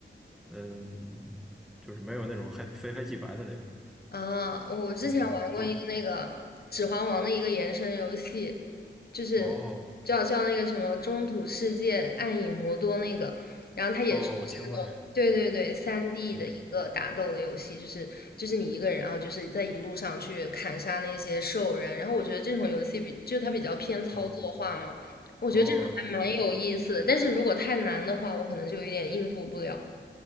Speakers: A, in the centre; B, on the left.
A: 嗯，就是没有那种黑非黑即白的那种，
B: 啊，我之前玩过一个那个《指环王》的一个延伸游戏，
A: 嗯，都是
B: 就是叫叫那个什么《中土世界：
A: 哦
B: 暗影魔多》那个，然后它也是就是那种对对对三
A: 哦，我听过那个，
B: d
A: 嗯
B: 的一个打斗的游戏，就是就是你一个人，然后就是在一路上去砍杀那些兽人，然后我觉得这种游戏比就它比较偏操作化嘛，
A: 嗯，
B: 我觉得这种还蛮有意思的，
A: 哦是，
B: 但是如果太难的话，我可能就有点应付不了。